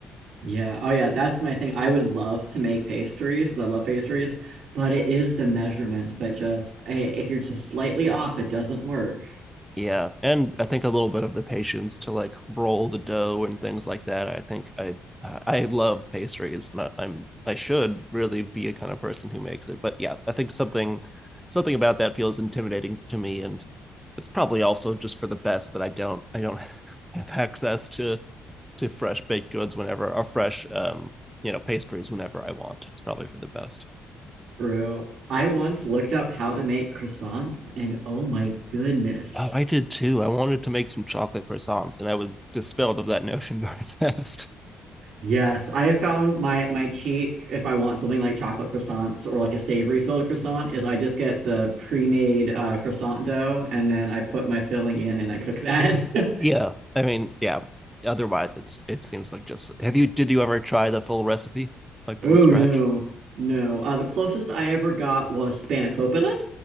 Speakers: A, on the right (about 65°); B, in the centre.
A: Yeah. Oh yeah, that's my thing. I would love to make pastries 'cause I love pastries, but it is the measurements that just i- if you're just slightly off, it doesn't work.
B: Yeah, and I think a little bit of the patience to like roll the dough and things like that. I think I uh, I love pastries, and I, I'm I should really be a kind of person who makes it. But yeah, I think something something about that feels intimidating to me, and it's probably also just for the best that I don't I don't <laughs> have access to to fresh baked goods whenever or fresh um you know pastries whenever I want. It's probably for the best.
A: True. I once looked up how to make croissants, and oh my goodness.
B: Oh, I did too. I wanted to make some chocolate croissants, and I was dispelled of that <laughs> notion very fast.
A: Yes, I have found my my cheat if I want something like chocolate croissants or like a savory filled croissant is I just get the pre-made uh, croissant dough and then I put my filling in and I cook that. <laughs>
B: Yeah, I mean, yeah. Otherwise, it's it seems like just. Have you? Did you ever try the full recipe, like from
A: Oh
B: scratch?
A: no, no. Uh, the closest I ever got was spanakopita.